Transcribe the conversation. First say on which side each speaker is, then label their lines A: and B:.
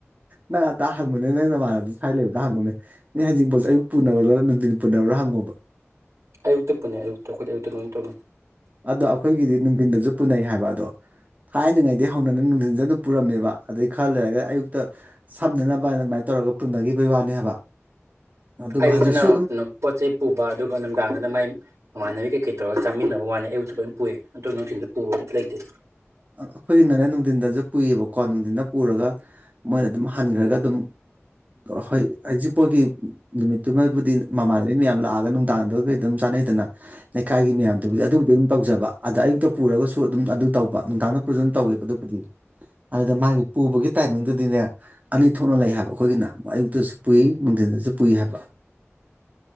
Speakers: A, on the right; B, on the right.
A: ꯅꯪ ꯑꯗꯥ ꯍꯪꯕꯅꯦ ꯅꯪ ꯅꯃꯥꯟꯅꯕꯗ ꯁ꯭ꯋꯥꯏ ꯂꯩꯕꯗ ꯍꯪꯕꯅꯦ ꯅ ꯍꯖꯤꯤꯡꯄꯣꯠꯁꯦ ꯑꯌꯨꯛ ꯄꯨꯅꯕꯗ ꯅꯨꯡꯊꯤꯟ ꯄꯨꯅꯕ꯭ꯔꯥ ꯍꯪꯉꯨꯕ
B: ꯑꯌꯨꯛꯇ ꯄꯨꯟꯅ ꯑꯌꯨꯛꯇ ꯑꯩꯈꯣꯏꯗꯤ ꯑꯌꯨꯛꯇ ꯂꯣꯏꯅ ꯇꯧꯅꯤ
A: ꯑꯗꯣ ꯑꯩꯈꯣꯏꯒꯤꯗꯤ ꯅꯨꯡꯊꯤꯟꯗꯁꯨ ꯄꯨꯅꯩ ꯍꯥꯏꯕ ꯑꯗꯣ ꯊꯥꯏꯅꯉꯩꯗꯒꯤ ꯍꯧꯅꯅ ꯅꯨꯡꯊꯤꯟꯁ ꯑꯗꯨꯝ ꯄꯨꯔꯝꯃꯦꯕ ꯑꯗꯩ ꯈꯔ ꯂꯩꯔꯒꯗꯤ ꯑꯌꯨꯛꯇ ꯁꯝꯅꯅꯕꯅ ꯑꯗꯨꯃꯥꯏꯅ ꯇꯧꯔꯒ ꯄꯨꯅꯈꯤꯕꯩ ꯋꯥꯅꯤ ꯍꯥꯏꯕ ꯑꯗꯨꯒ
B: ꯑꯩꯌꯨꯗꯅ
A: ꯍꯧꯖꯤꯛꯁꯨ ꯑꯗꯨꯝ
B: ꯄꯣꯠ ꯆꯩ ꯄꯨꯕ ꯑꯗꯨꯒ ꯅꯨꯡꯗꯥꯡꯗꯅ ꯃꯥꯏ ꯃꯃꯥꯟꯅꯕꯤ ꯀꯩꯀꯩ ꯇꯧꯔ ꯆꯥꯃꯤꯟꯅꯕ ꯋꯥꯅꯤ ꯑꯩꯕꯨꯁꯨ ꯂꯣꯏ ꯄꯨꯏ ꯑꯣ ꯅꯨꯡꯊꯤꯟꯗ ꯄꯨꯕꯕꯨꯝ ꯂꯩꯇꯦ
A: ꯑꯩꯈꯣꯏꯒꯤꯅꯅꯦ ꯅꯨꯡꯊꯤꯟꯗꯁꯨ ꯄꯨꯏꯌꯦꯕꯀꯣ ꯅꯨꯡꯊꯤꯟꯗ ꯄꯨꯔꯒ ꯃꯣꯏꯅ ꯑꯗꯨꯝ ꯍꯟꯈ꯭ꯔꯒ ꯑꯗꯨꯝ ꯍꯣꯏ ꯍꯧꯖꯤꯛꯐꯥꯎꯒꯤ ꯅꯨꯃꯤꯠꯇꯨꯃꯕꯨꯗꯤ ꯃꯃꯥꯟꯅꯕꯤ ꯃꯌꯥꯝ ꯂꯥꯛꯑꯒ ꯅꯨꯡꯗꯥꯡꯗꯒ ꯀꯩ ꯑꯗꯨꯝ ꯆꯥꯟꯅꯩꯗꯅ ꯂꯩꯀꯥꯏꯒꯤ ꯃꯌꯥꯝꯗꯨꯕꯨꯗꯤ ꯑꯗꯨꯕꯨꯗꯤ ꯑꯗꯨꯝ ꯇꯧꯖꯕ ꯑꯗ ꯑꯌꯨꯛꯇ ꯄꯨꯔꯒꯁꯨ ꯑꯗꯨꯝ ꯑꯗꯨ ꯇꯧꯕ ꯅꯨꯡꯗꯥꯡꯗ ꯄꯨꯁꯨꯝ ꯇꯧꯋꯦꯕ ꯑꯗꯨꯕꯨꯗꯤ ꯑꯗꯨꯗ ꯃꯥꯒꯤ ꯄꯨꯕꯒꯤ ꯇꯥꯏꯃꯤꯡꯗꯨꯗꯤꯅꯦ ꯑꯅꯤ ꯊꯣꯛꯅ ꯂꯩ ꯍꯥꯏꯕ ꯑꯩꯈꯣꯏꯒꯤꯅ ꯑꯌꯨꯛꯇꯁꯨ ꯄꯨꯏ ꯅꯨꯡꯊꯤꯟꯗꯁꯨ ꯄꯨꯏ ꯍꯥꯏꯕ